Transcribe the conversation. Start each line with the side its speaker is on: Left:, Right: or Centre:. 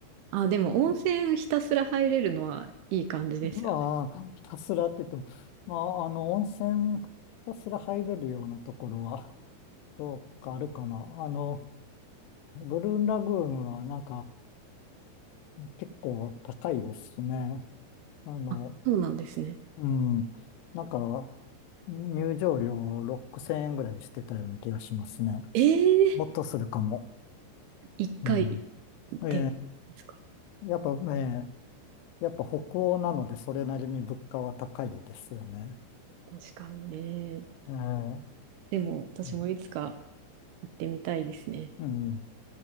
Right: あ、でも温泉ひたすら入れるのはいい感じですよね。
Left: まあ、ひたすらって言っても、まあ、あの、温泉、ひたすら入れるようなところは、<laughs> どうかあるかな。あの、ブルーンラグーンはなんか、結構高いですしね。あの、
Right: あ、そうなんですね。
Left: うん、なんか、入場料6000円ぐらいしてたような気がしますね。
Right: ええ
Left: もっとするかも。
Right: 1回
Left: うん。え
Right: でですか。
Left: え、やっぱ、ええ、やっぱ北欧なので、それなりに物価は高いですよね。
Right: 確かにね。
Left: ええ、
Right: でも、私もいつか
Left: うん。
Right: 行ってみたいですね。
Left: うん